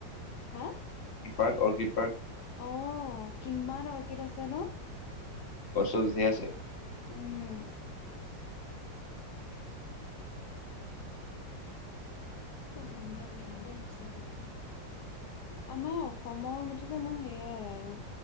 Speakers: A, on the left (about 70°); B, on the left (about 40°).
A: হা?
B: Park orchid park.
A: অ, কিমান অৰ্কিড আছে ন?
B: গছ চছ ধেৰ আছে।
A: উম। বৰ ধুনীয়া জেগা দেই সঁচাকে। আম অসম মুঠতে মো হেয়াই আৰু।